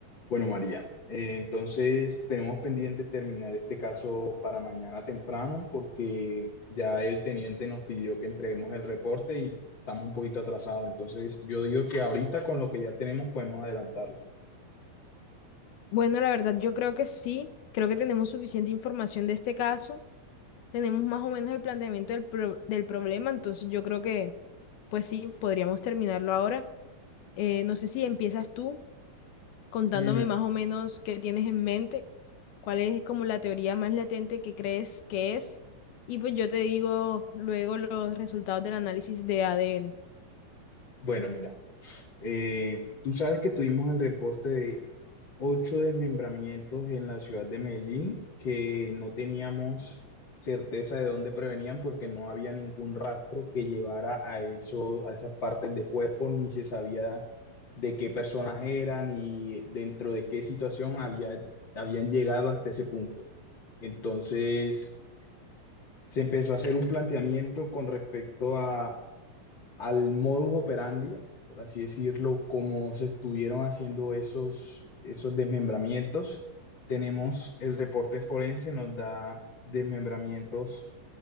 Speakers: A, on the left; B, on the left.
A: Bueno, María, eh, entonces tenemos pendiente terminar este caso para mañana temprano porque ya el teniente nos pidió que entreguemos el reporte y estamos un poquito atrasados. Entonces yo digo que ahorita con lo que ya tenemos podemos adelantarlo.
B: Bueno, la verdad, yo creo que sí. Creo que tenemos suficiente información de este caso. Tenemos más o menos el planteamiento del, pro- del problema. Entonces, yo creo que, pues sí, podríamos terminarlo ahora. Eh, no sé si empiezas tú contándome
A: Mm,
B: más o menos qué tienes en mente, cuál es como la teoría más latente que crees que es. Y pues yo te digo luego los resultados del análisis de ADN.
A: bueno, mira, eh, tú sabes que tuvimos el reporte ocho desmembramientos en la ciudad de Medellín que no teníamos certeza de dónde provenían porque no había ningún rastro que llevara a eso, a esas partes de cuerpo, ni se sabía de qué personas eran ni dentro de qué situación había, habían llegado hasta ese punto. Entonces, se empezó a hacer un planteamiento con respecto a al modus operandi, por así decirlo, como se estuvieron haciendo esos, esos desmembramientos. Tenemos el reporte forense, nos da desmembramientos